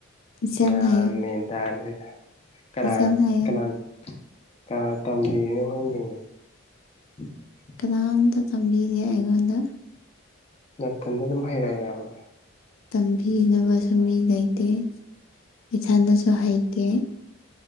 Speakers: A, on the left; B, on the left.
A: ꯏꯆꯟ
B: ꯒ꯭ꯌꯥꯟ
A: ꯍꯥꯏꯌꯨ
B: ꯃꯦꯟ ꯇꯥꯗꯔꯦꯗ ꯀꯅꯥꯅ
A: ꯏꯆꯟ ꯍꯥꯏꯌꯨ
B: ꯀꯅꯥ ꯀꯅꯥꯅ ꯇꯝꯕꯤꯔꯤꯅꯣ ꯈꯪꯗꯦꯅꯦ <inaudible>
A: ꯀꯅꯥꯝꯇ ꯇꯝꯕꯤꯒꯦ ꯑꯩꯉꯣꯟꯗ
B: ꯅꯥꯊꯟꯗ ꯑꯗꯨꯝ ꯍꯩꯔꯛꯑꯩꯔꯕ
A: ꯇꯝꯕꯤꯅꯕꯁꯨ ꯃꯤ ꯂꯩꯇꯦ ꯏꯊꯟꯗꯁꯨ ꯍꯩꯇꯦ